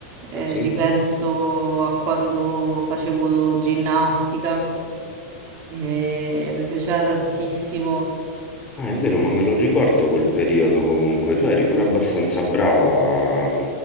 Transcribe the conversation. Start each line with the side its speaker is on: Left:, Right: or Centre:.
Right: eh,
Left: Ah sì?
Right: ripenso a quando facevo ginnastica e mi piaceva tantissimo.
Left: Ah, è vero, ma me lo ricordo quel periodo comunque. Tu eri pure abbastanza brava.